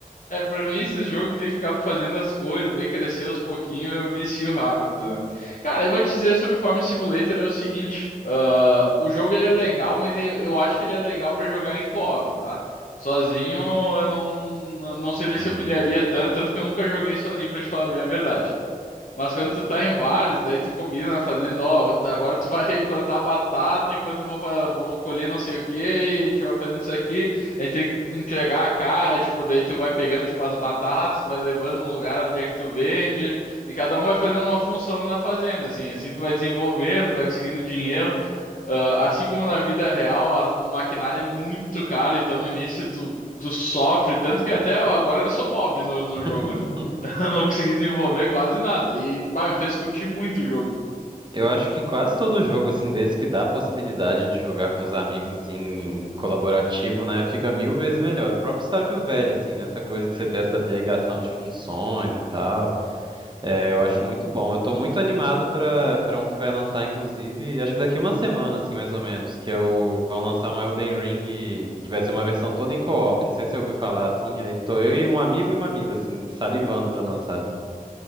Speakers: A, on the left; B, on the right.
A: é, pra mim, esse jogo que tem que ficar fazendo as coisas, ver crescer aos pouquinhos, eu vicio rápido, né? Cara, eu vou te dizer sobre Farm Simulator é o seguinte: ah, o jogo ele é legal, mas eu, eu acho que ele é legal pra jogar em co-op, tá? Sozinho eu não, não sei
B: Uhum.
A: se eu pilharia tanto, tanto que eu nunca joguei sozinho, pra te falar bem a verdade. Mas quando tu tá em vários, daí tu combina na fazenda, ó, tá- agora tu vai <laughs> plantar batata enquanto eu vou, fa- vou colher não sei o quê, e a gente vai fazendo isso aqui, a gente tem que entregar a cara, tipo, daí tu vai pegando, tipo, as batatas, vai levando um lugar onde é que tu vende, e cada um vai fazendo uma função na fazenda, assim, assim tu vai desenvolvendo, vai conseguindo dinheiro, Ah, assim como na vida real, a- o maquinário é muito caro, então no início tu, tu sofre, tanto que até agora eu sou pobre no, no
B: <laughs>
A: jogo, né? <laughs> Eu não consegui desenvolver quase nada. E, bah, me fez curtir muito o jogo.
B: Eu acho que quase todo jogo, assim, desse que dá a possibilidade de jogar com os amigos, assim, em colaborativo, né, fica mil vezes melhor. O próprio Stardew Valley, assim, nessa coisa de você ter essa delegação de funções e tal. É, eu acho muito bom. Eu tô muito animado pra para um que vai lançar, inclusive, acho que daqui uma semana, assim, mais ou menos, que é o vão lançar um Elden Ring que vai ser uma versão toda em co-op. Não sei se você ouviu falar assim, aí tô eu e um amigo e uma amiga, assim, salivando pra lançar.